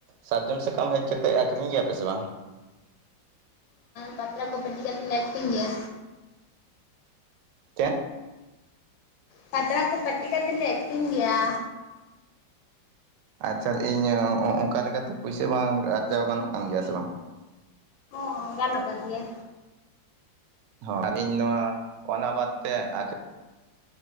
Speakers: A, on the right; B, on the left.
A: ᱥᱟᱨᱡᱚᱢ ᱥᱟᱠᱟᱢ ᱦᱮᱡ ᱠᱟᱛᱮ ᱟᱠᱷᱨᱤᱧ ᱜᱮᱭᱟ ᱯᱮ ᱮᱥ ᱵᱟᱝ?
B: ᱯᱟᱛᱨᱟ ᱠᱚ ᱯᱟᱴᱤ ᱠᱟᱛᱮ ᱞᱮ‌ ᱟᱠᱷᱨᱤᱧ‌ ᱜᱮᱭᱟ᱾
A: ᱪᱮᱫ?
B: ᱯᱟᱛᱲᱟ ᱠᱚ ᱯᱟᱹᱴᱤ ᱠᱟᱛᱮ ᱞᱮ ᱟᱠᱷᱨᱤᱝ ᱜᱮᱭᱟ
A: ᱟᱪᱪᱷᱟ ᱤᱧᱟᱹ ᱚᱸ ᱚᱝᱠᱟ ᱞᱮᱠᱟ ᱛᱮ ᱯᱩᱭᱥᱟᱹ ᱵᱟᱝ ᱜᱟᱱᱚᱜ ᱠᱟᱱ ᱜᱮᱭᱟ ᱥᱮ ᱵᱟᱝ
B: ᱦᱚᱸ ᱜᱟᱱᱚᱜ ᱠᱟᱱ ᱜᱮᱭᱟ᱾
A: ᱦᱚᱸ ᱟᱨ ᱤᱧ ᱱᱚᱶᱟ ᱚᱱᱟ ᱵᱟᱫᱽ ᱛᱮ ᱟᱨ ᱡᱟ